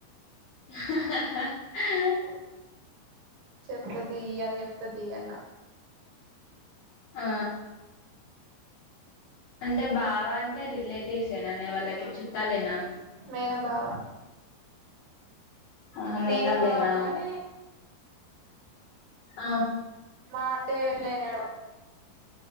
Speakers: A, on the left; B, on the right.
A: హా హా
B: చెప్త తీ చెప్త తీ అన్న
A: ఆ అంటే బావా అంటే రిలేటివ్స్ ఏనానే వాళ్ళకి చుట్టాలేనా
B: మేనబావా
A: ఆహా మేనోళ్ళేనా
B: మేన బావ గానీ
A: ఆ
B: మా అంటే ఏం లేని